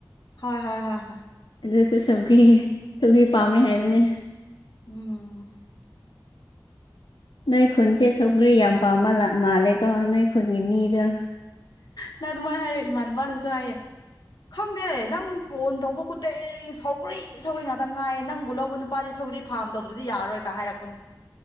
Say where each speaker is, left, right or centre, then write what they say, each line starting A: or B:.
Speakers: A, on the left (about 60°); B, on the left (about 85°).
A: ꯍꯣꯏ ꯍꯣꯏ ꯍꯣꯏ ꯍꯣꯏ
B: ꯑꯗꯨꯁꯨ ꯁꯧꯒ꯭ꯔꯤ ꯁꯧꯒ꯭ꯔꯤ ꯄꯥꯝꯃꯦ ꯍꯥꯏꯕꯅꯦ꯫
A: ꯎꯝ
B: ꯅꯣꯏ ꯈꯨꯟꯁꯦ ꯁꯧꯒ꯭ꯔꯤ ꯌꯥꯝ ꯄꯥꯝꯕ ꯃꯥꯜꯂꯦꯀꯣ ꯅꯣꯏ ꯈꯨꯟꯒꯤ ꯃꯤꯗ
A: ꯅꯪ ꯑꯗꯨꯃꯥꯏꯅ ꯍꯥꯏꯔꯛ ꯏꯃꯥꯅꯕꯥꯅꯁꯨ ꯍꯥꯏꯌꯦ ꯈꯪꯗꯦ ꯅꯪ ꯐꯣꯟ ꯇꯧꯕ ꯈꯨꯇꯤꯡ ꯁꯧꯒ꯭ꯔꯤ ꯁꯧꯒ꯭ꯔꯤ ꯉꯥꯛꯇ ꯉꯥꯏꯌꯦ ꯅꯪꯕꯨ ꯂꯧꯕ ꯅꯨ ꯄꯥꯗꯤ ꯁꯧꯒ꯭ꯔꯤ ꯐꯥꯔꯝ ꯇꯧꯗ꯭ꯔꯗꯤ ꯌꯥꯔꯣꯏ ꯀ ꯍꯥꯏꯔꯛꯄꯅꯦ꯫